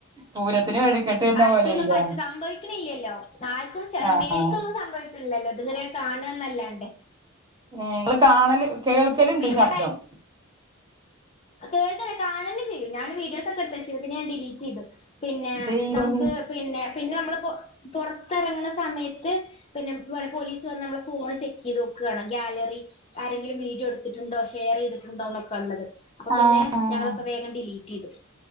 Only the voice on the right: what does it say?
പൂരത്തിന് വെടിക്കെട്ട് വരുന്ന
പോലെയില്ലേ
ആഹ്
ഏഹ് നമ്മള് കാണല് കേൾക്കല്ണ്ട്
ശബ്ദം
ദൈവമേ
ആഹ്